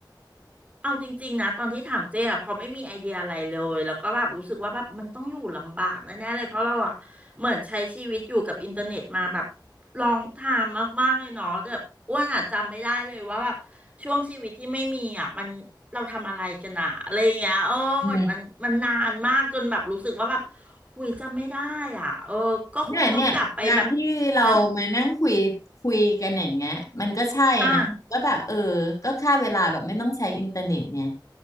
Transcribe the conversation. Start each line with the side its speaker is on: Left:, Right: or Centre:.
Right: เอาจริงๆนะตอนที่ถามเจ๊อะพอไม่มีไอเดียอะไรเลยแล้วก็แบบรู้สึกว่าแบบมันต้องอยู่ลำบากแน่ๆเลยเพราะเราอะเหมือนใช้ชีวิตอยู่กับอินเทอร์เน็ตมาแบบลองทามมากๆเลยเนาะแบบอ้วนอะจำไม่ได้เลยว่าแบบช่วงชีวิตที่ไม่มีอะมันเราทำอะไรกันอะอะไรอย่างเงี้ยเออเหมือนมันมันนานมากจนแบบรู้สึกว่าแบบ
Left: อืม
Right: หุยจำไม่ได้อ่ะเออก็คงต้องกลับไปแบบ
Left: เนี่ยเนี่ยการที่เรามานั่งคุยคุยกันอย่างเงี้ยมันก็ใช่นะก็แบบเออก็ฆ่าเวลาแบบไม่ต้องใช้อินเทอร์เน็ตไง
Right: ฮะอ่ะ